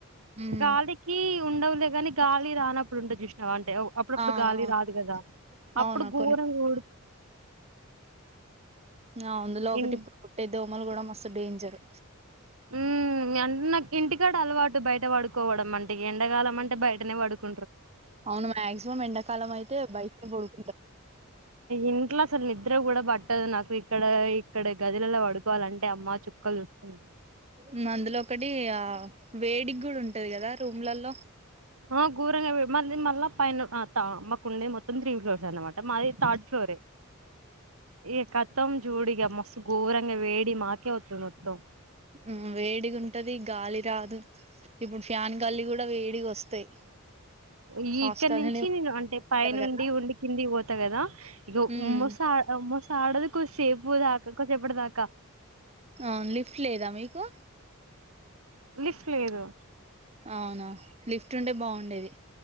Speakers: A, on the right; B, on the right.
A: ఉమ్
B: గాలికి ఉండవులేగాని గాలి రానప్పుడు ఉంటాది చూసావ అప్పుడప్పుడు
A: ఆ
B: గాలి
A: అవును
B: రాదు కదా అప్పుడు
A: అవును
B: ఘోరు
A: కొన్ని కొన్ని
B: కూ
A: ఆ అందులో ఒకటి
B: ఇన్
A: ఇప్పుడు కుట్టిద్దాం దోమలు కూడా మస్తు డేంజర్
B: ఊ మీ అన్న <unintelligible> ఇంటికాడ అలవాటు బయట పడుకోవడం అంటే ఎండకాలం అంటే బయటనే పడుకు
A: అవును మ్యాగ్జిమం ఎండాకాలం అయితే బయటనే పడుకు
B: ఇంట్లో అసలు నిద్ర కూడా పట్టదు నాకు ఇక్కడ ఇక్కడ గదిలలో పడు కోవాలంటే అమ్మ చుక్కలు చూస్తుంది.
A: హ్మ్. అందులో ఒకటి ఆ వేడిగా కూడా ఉంటది కదా రూమ్లలో
B: ఆ ఘోరంగా మళ్ళీ మళ్ళా పైన అంత మాకు ఉండే మొత్తం త్రీ ఫ్లోర్స్ అన్నమాట. మాది థర్డ్ ఫ్లోర్ ఏ ఈక మొత్తం జూడిగా మస్తు ఘోరంగా వేడి మాకే వత్తాది మొత్తం
A: హు వేడిగా ఉంటది గాలి రాదు. ఇప్పుడు ఫ్యాన్ గాలి కూడా వేడిగా వస్తాయి.
B: ఈ
A: హాస్టల్
B: ఇక్కడ నుంచి నేను అంటే పైనుండి
A: కదా
B: ఉండి కింది పోతా కదా ఇక
A: ఉమ్
B: మోస అ అ మోస్ ఆడదు కొసేపు దాకా కొసేపడు దాకా
A: అవును లిఫ్ట్ లేదా మీకు
B: లిప్ట్ లేదు
A: అవునా లిఫ్ట్ ఉంటే బావుండేది